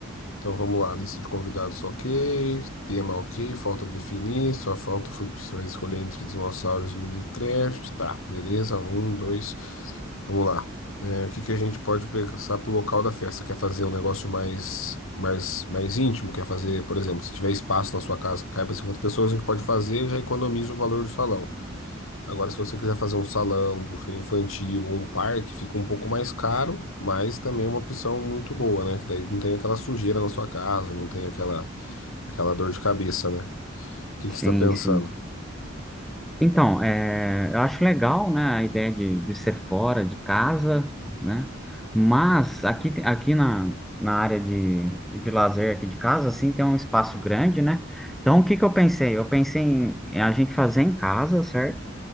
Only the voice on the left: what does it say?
Então vamos lá, lista de convidados ok, tema ok, falta definir, só falta fu- você vai escolher entre dinossauros e Minecraft. Tá, beleza, um, dois, vamos lá. É, o que que a gente pode pensar pro local da festa? Quer fazer um negócio mais, mais, mais íntimo? Quer fazer, por exemplo, se tiver espaço na sua casa que caiba 50 pessoas, a gente pode fazer, já economiza o valor do salão. Agora, se você quiser fazer um salão, um buffet infantil ou um parque, fica um pouco mais caro, mas também é uma opção muito boa, né? Que daí não tem aquela sujeira na sua casa, não tem aquela, aquela dor de cabeça, né? O que
que você está pensando?